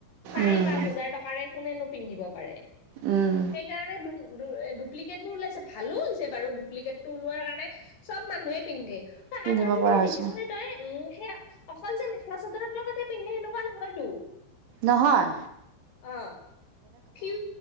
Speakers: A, on the left (about 55°); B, on the right (about 80°).
A: চাৰি
B: উম
A: পাঁচ হাজাৰ টকাৰে কোনেনো পিন্ধিব পাৰে,
B: উম
A: সেইকাৰণে ডুপ্লিকেট বোৰ ওলাইছে ভালো হৈছে বাৰু ডুপ্লিকেট টো ওলোৱাৰ কাৰণে চব মানুহে পিন্ধে,
B: পিন্ধিব
A: আৰু আজি-কালি
B: পৰা হৈছে
A: দেখিছ নে তই উম, সেয়া অকল যে মেখেলা-চাদৰৰ লগতে পিন্ধে এনেকুৱা নহয়টো।
B: নহয়
A: অ', ফিউ